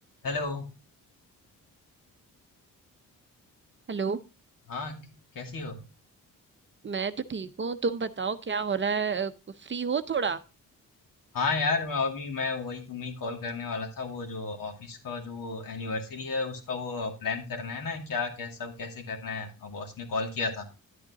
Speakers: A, on the left; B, on the right.
A: Hello
B: Hello
A: हाँ कैसी हो
B: मैं तो ठीक हूँ तुम बताओ क्या हो रहा है फ्री हो थोड़ा
A: हाँ यार मैं अभी मैं वही तुम्हें कॉल करने वाला था वो जो ऑफिस का जो वो एनिवर्सरी है उसका वो प्लान करना है ना क्या क्या सब कैसे करना है और बॉस ने कॉल किया था